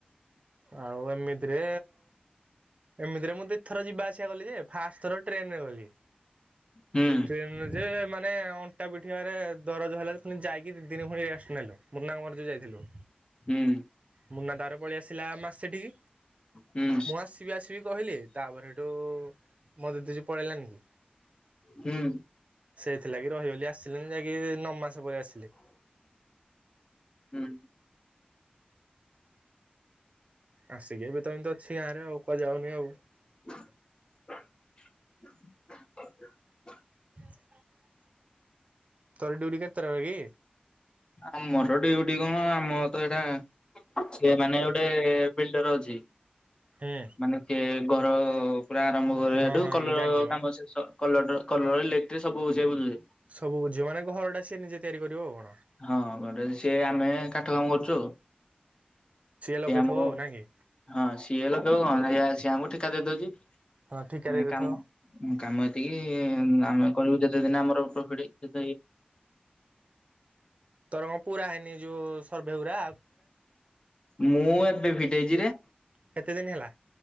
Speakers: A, on the right; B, on the left.
A: ଆଉ ଏମିତିରେ, ଏମିତିରେ ମୁଁ ଦି ଥର ଯିବା ଆସିବା କଲି ଯେ ଫାର୍ଷ୍ଟ ଥର ଟ୍ରେନ୍ ରେ ଗଲି।
B: ହୁଁ
A: ଟ୍ରେନ ଯେ ମାନେ ଅଣ୍ଟା ପିଠି ଆରେ ଦରଜ ହେଲା ଯାଇକି ଦି ଦିନ ପୁଣି ରେଷ୍ଟ ନେଲୁ, ମୁନା ର ମୋର ଯୋଉ ଯାଇଥିଲୁ।
B: ହୁଁ।
A: ମୁନା ତାର ପଳେଇ ଆସିଲା ମା ସେଠିକି
B: ହୁଁ
A: ମୁଁ ଆସିବି ଆସି କହିଲି ତାପରେ ସେଠୁ ମତେ ତୁଛି ପଳେଇଲାନି କି।
B: ହୁଁ।
A: ସେଇଥିଲାଗି ରହିଗଲି ଆସିଲିନି ଯାଇକି ନଅମାସ ପରେ ଆସିଲି।
B: ହୁଁ।
A: ଆସିକି ଏବେ ତ ଏମିତି ଅଛି ଗାଁ ରେ ଆଉ, କୁଆଯାଉନି ଆଉ।
B: <inaudible>
A: <inaudible> ତୋର ଡ୍ୟୁଟି କେତେଟାରେ କି?
B: ଆମର ଡ୍ୟୁଟି କଣ ଆମ ତ ଏଇଟା ସେ ମାନେ ଗୋଟେ ବିଲ୍ଡର ଅଛି
A: ହୁଁ
B: ମାନେ ସେଏ ଘର ପୁରା ଆରମ୍ଭ କରିବାଠୁ
A: ହଁ ହଁ
B: କଲର
A: ମୁଁ ଜାଣିଛି ମ।
B: କାମ ଶେଷ କଲର ର କଲର ଲେଟ ସବୁ ବେ
A: ସବୁ ବୁଝିବ ମାନେ ଘର ଟା ସିଏ ନିଜେ ତିଆରି କରିବ ଆଉ।
B: ହଁ ଗ ସି ଆମେ କାଠ କାମ କରୁଛୁ ଆଉ।
A: ଲଗେଇଥିବ
B: ସିଏ ଆମକୁ
A: ଆଉ ନାଇଁ କି?
B: ହଁ ସିଏ ଲୋକ ସି ଆମକୁ ଠେିକା ଦେଇଦଉଛି
A: ହଁ ଠିକା
B: ନ
A: ଦେଇ ଦେଇଥିବ।
B: କାମ କାମ ଏତିକି ଆମେ କରିବୁ ଯେ ତ ଦିନ ଆମର ପ୍ରଫିଟ୍
A: ତର କଣ ପୁରା ହେଇନି ଯୋଉ ସର୍ଭେ ଗୁଡା?
B: ମୁଁ ଏବେ ଫିଟେଇଛି ରେ।
A: କେତେ ଦିନ ହେଲା?